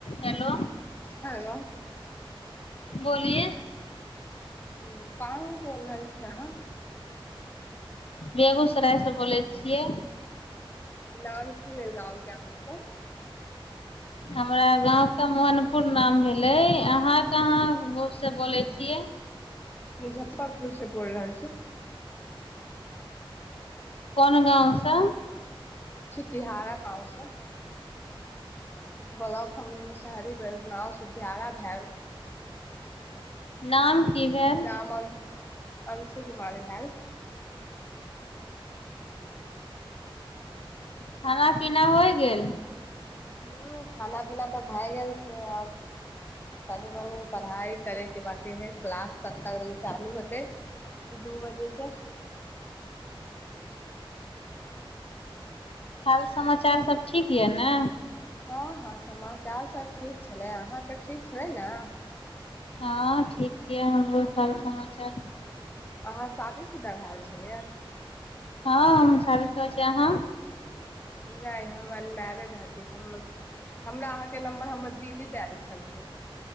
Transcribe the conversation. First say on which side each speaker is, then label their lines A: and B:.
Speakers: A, on the left (about 85°); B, on the left (about 20°).
A: hello
B: hello
A: बोलियै
B: उ कहाँ बोल रहल छी अहाँ
A: बेगूसराय सँ बोलै छियै
B: नाम की भेले गाव के आहाँ क
A: हमरा गाँव के मोहनपुर नाम भेलै हं कहाँ से बोले छी छियै
B: मुजफ्फरपुर से बोल रहल छी
A: कोन गाँव सँ
B: छुतिहारा गाँव सँ ब्लॉक मुसहरी भेल गाँव सुध्यारा भेल
A: नाम की भेल
B: नाम अंक अंशु कुमारी भैल
A: खाना पीना होइ गेल
B: ह खाना पीना तऽ भए गेल छै अब तनी मनि पढ़ाई करैके बकी है क्लास ततकालिनमे चालू हते दू बजे से
A: हाल समाचार सब ठीक यऽ ने
B: हँ हँ समाचारसभ ठीक छलै अहाँके ठीक छलै ने
A: हँ ठीक य हमरो हाल समाचार
B: अहाँ शादीशुदा भेल छलियै
A: हँ हम शादी शूदा छियै आहाँ
B: नहि हम अनमरिड हती हमरा अहाँ के नम्बर हमर दीदी देल छलै <inaudible>